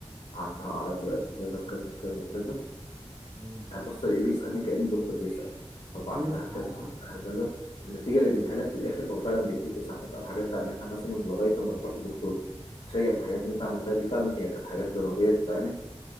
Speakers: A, on the left (about 75°); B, on the right (about 30°).
A: وعندها اعراض دلوقتي كذا كذا كذا كذا
B: مم،
A: هبص الاقيه بيسالني كأن الدكتور بيسالني
B: حرفيا
A: طب عندها
B: اه
A: كذا
B: والله
A: عندها كذا النتيجه اللي بيديها لك في الاخر هو فعلا بيديك اسعافات او حاجات تعملها مثلا لغايه ما تروح للدكتور تتفاجئ ان الحاجات اللي انت عملتها دي فعلا هي كانت حاجات ضروريه تتعمل